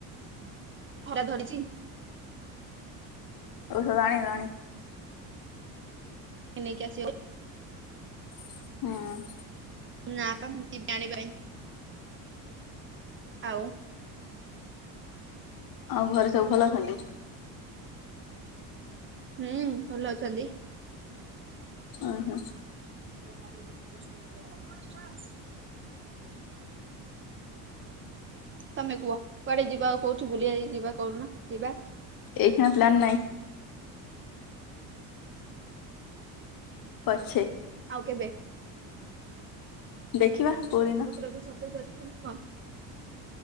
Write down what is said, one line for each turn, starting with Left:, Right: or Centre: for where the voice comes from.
Right: ଖରା ଧରିଛି।
Left: ଔଷଧ ଆଣିଲଣି।
Right: ଏ ନେଇକି ଆସିବେ।
Left: ହଁ।
Right: ନା ପା ଯିବି ଆଣିବା ପାଇଁ। ଆଉ
Left: ଆଉ ଘରେ ସବୁ ଭଲ ଅଛନ୍ତି?
Right: ହୁଁ ଭଲ ଅଛନ୍ତି।
Left: ଅହ।
Right: ନାଇଁ ଆଉ ତମେ କୁହ କୁଆଡେ ଯିବା ଆଉ କୋଉଠି ବୁଲିବା ଯିବା କହୁନ ଯିବା?
Left: ଏ ଖିଣା ପ୍ଲାନ ନାଇଁ। ପଛେ।
Right: ଆଉ କେବେ।
Left: ଦେଖିବା। କୋଉଦିନ
Right: ପଇସା ପତ୍ର ବି ସଟଜେ ଅଛି ନା କଣ।